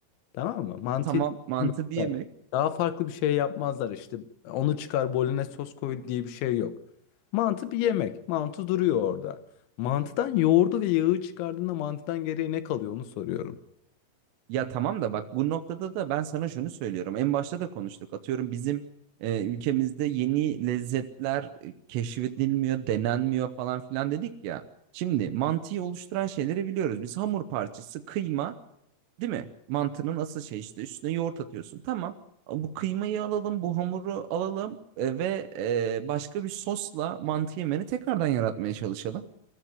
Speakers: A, on the left; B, on the right.
A: Tamam mı? Mantıyı
B: Tamam mantı
A: bilmezler.
B: bir yemek.
A: daha farklı bir şey yapmazlar işte. Onu çıkar bolognese sos koy diye bir şey yok. Mantı bir yemek. Mantı duruyor orada. Mantıdan yoğurdu ve yağı çıkardığında mantıdan geriye ne kalıyor onu soruyorum.
B: Ya tamam da bak bu noktada da ben sana şunu söylüyorum. En başta da konuştuk. Atıyorum bizim e, ülkemizde yeni lezzetler e, keşfedilmiyor, denenmiyor falan filan dedik ya. Şimdi mantıyı oluşturan şeyleri biliyoruz. Biz hamur parçası, kıyma, değil mi? Mantının asıl şey işte üstüne yoğurt atıyorsun. Tamam. Bu kıymayı alalım, bu hamuru alalım e, ve e, başka bir sosla mantı yemeni tekrardan yaratmaya çalışalım.